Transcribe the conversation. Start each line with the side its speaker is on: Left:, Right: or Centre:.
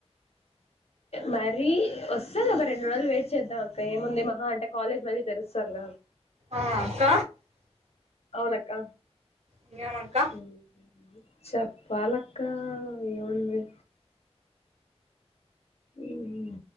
Left: మరీ వచ్చెస్సాన్ కదా రెండు రోలు వెయిట్ చేద్దాం అక్క ఏముంది మహా అంటే. కాలేజ్ మళ్ళీ తెరుస్తార్గ
Right: ఆ అక్క
Left: అవునక్క
Right: ఇంకేమక్క
Left: హ్మ్ చెప్పాలక్కా ఏముంది. ఉమ్,